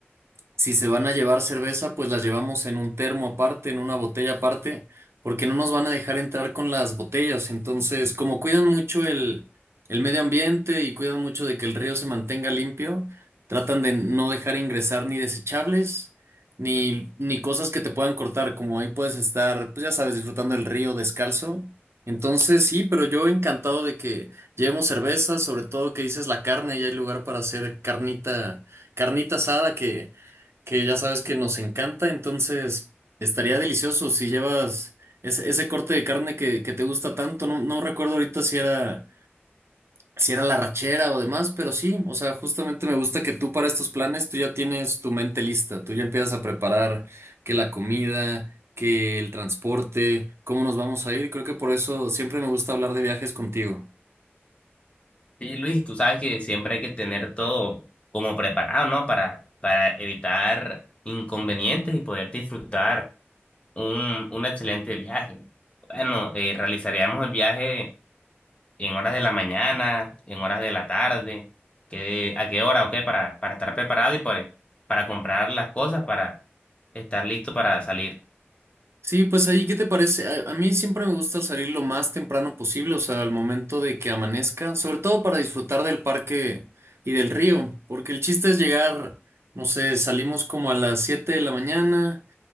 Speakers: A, on the right (about 75°); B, on the left (about 30°).
A: Si se van a llevar cerveza, pues la llevamos en un termo aparte, en una botella aparte, porque no nos van a dejar entrar con las botellas. Entonces, como cuidan mucho el, el medio ambiente y cuidan mucho de que el río se mantenga limpio, tratan de no dejar ingresar ni desechables, ni, ni cosas que te puedan cortar, como ahí puedes estar, pues ya sabes, disfrutando del río descalzo. Entonces, sí, pero yo encantado de que llevemos cerveza, sobre todo que dices la carne y hay lugar para hacer carnita, carnita asada que que ya sabes que nos encanta, entonces estaría delicioso si llevas ese, ese corte de carne que, que te gusta tanto. No, no recuerdo ahorita si era, si era la rachera o demás, pero sí, o sea, justamente me gusta que tú para estos planes tú ya tienes tu mente lista, tú ya empiezas a preparar que la comida, que el transporte, cómo nos vamos a ir. Creo que por eso siempre me gusta hablar de viajes contigo.
B: Sí, Luis, tú sabes que siempre hay que tener todo como preparado, ¿no? Para, para evitar inconvenientes y poder disfrutar un, un excelente viaje. Bueno, eh, realizaríamos el viaje en horas de la mañana, en horas de la tarde, que, a qué hora, o qué, para, para estar preparado y pues para comprar las cosas, para estar listo para salir.
A: Sí, pues ahí, ¿qué te parece? A, a mí siempre me gusta salir lo más temprano posible, o sea, al momento de que amanezca, sobre todo para disfrutar del parque y del río, porque el chiste es llegar, no sé, salimos como a las 7 de la mañana,